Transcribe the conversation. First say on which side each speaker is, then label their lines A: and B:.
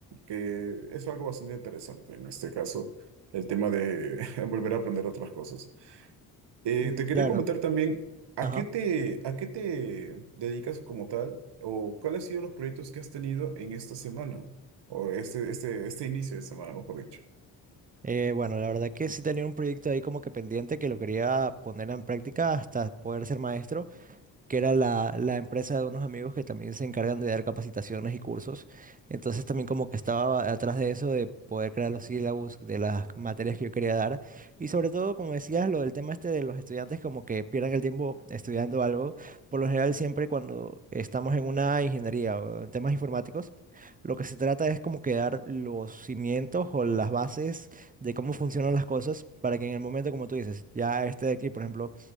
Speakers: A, on the right; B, on the right.
A: que es algo bastante interesante en este caso, el tema de <laughs> volver a aprender otras cosas. Eh,
B: Mm,
A: te quería
B: claro.
A: comentar también, ¿a
B: Ajá.
A: qué te, a qué te dedicas como tal? ¿O cuáles han sido los proyectos que has tenido en esta semana? O este, este, este inicio de semana, mejor dicho.
B: Eh, bueno, la verdad que sí tenía un proyecto ahí como que pendiente que lo quería poner en práctica hasta poder ser maestro, que era la, la empresa de unos amigos que también se encargan de dar capacitaciones y cursos. Entonces también como que estaba atrás de eso, de poder crear los sílabus de las materias que yo quería dar. Y sobre todo, como decías, lo del tema este de los estudiantes como que pierdan el tiempo estudiando algo. Por lo general siempre cuando estamos en una ingeniería o en temas informáticos, lo que se trata es como que dar los cimientos o las bases de cómo funcionan las cosas para que en el momento, como tú dices, ya este de aquí, por ejemplo,